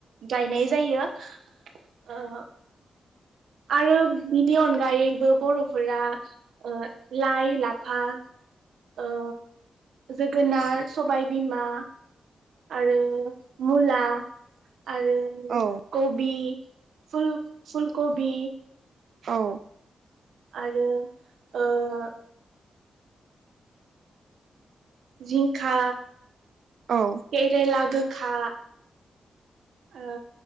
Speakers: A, on the right (about 90°); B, on the right (about 70°).
A: गायनाय जायो ओ आरो बिनि अनगायैबो बरफोरा ओ लाइ लाफा ओ जोगोनार सबाइ बिमा आरो मुला आरो
B: औ
A: कबि फुल फुल कबि
B: औ
A: आरो ओ जिंखा
B: औ
A: केरेला गोग खा ओ